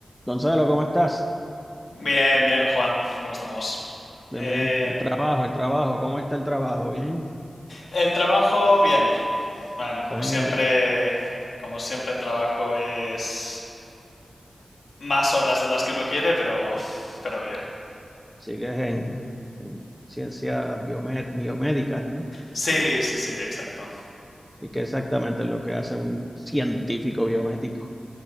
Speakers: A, in the centre; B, on the left.
A: Gonzalo, ¿cómo estás?
B: Bien, bien, Juan, ¿cómo estamos?
A: Bien,
B: Eh,
A: bien. El trabajo, el trabajo, ¿cómo está el trabajo? Bien.
B: el trabajo, bien. Bueno,
A: Estás
B: como siempre,
A: en el,
B: como siempre el trabajo es más horas de las que uno quiere, pero, pero bien.
A: sigues en, en ciencias biomed- biomédicas, ¿no?
B: Sí, sí, sí, exacto.
A: ¿Y qué exactamente es lo que hace un científico biomédico?